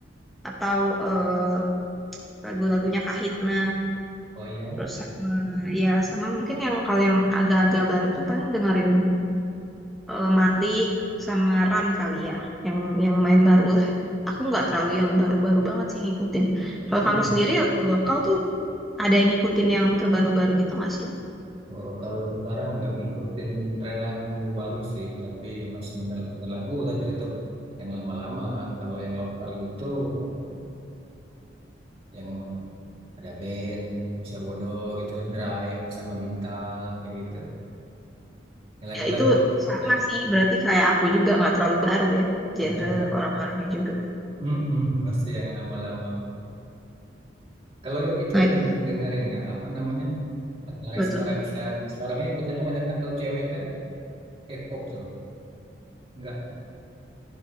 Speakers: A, in the centre; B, on the right (about 30°).
A: atau eh, lagu-lagunya Kahitna
B: Oh iya.
A: Terus sama, ya sama mungkin yang kalau yang agak-agak baru tuh paling dengerin eh, Malik sama Ran kali ya, yang yang lumayan baru lah. Aku nggak terlalu yang baru-baru banget sih ngikutin. Kalau
B: Hmm.
A: kamu sendiri lagu lokal tuh ada yang ngikutin yang terbaru-baru gitu nggak sih?
B: Oh, kalau sekarang nggak ngikutin tren lagu baru sih, tapi masih denger, denger lagu tapi tetap yang lama-lama. Kalau yang lokal gitu kayak yang apa, ada band Manusia Bodoh gitu, Drive sama Bintang kayak gitu. Yang Lagu-lagu
A: Ya itu sama
B: lagi.
A: sih, berarti kayak aku juga nggak terlalu baru ya, genre
B: <laughs>
A: orang-orangnya juga.
B: Mm-mm, masih yang lama-lama. Kalau itu
A: Nah itu
B: deng- dengerin nggak apa namanya? Kalau
A: betul.
B: yang sekarang sekarang ini biasanya banyak kan kalau cewek kan K-pop tuh, nggak ya?